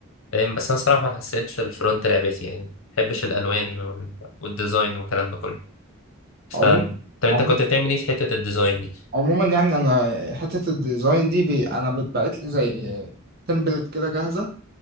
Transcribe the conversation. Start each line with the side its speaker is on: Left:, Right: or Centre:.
Left: فاهم؟ بس انا صراحه ما حسيتش الفرونت لعبتي يعني ما بحبش الالوان وال- والديزاين والكلام ده كله فانت
Right: عموما
Left: طب انت
Right: عموما
Left: كنت بتعمل ايه في حته الديزاين دي
Right: عموما يعني انا حتة الديزاين دي بي انا بتبعت لي زي تمبلت كده جاهزة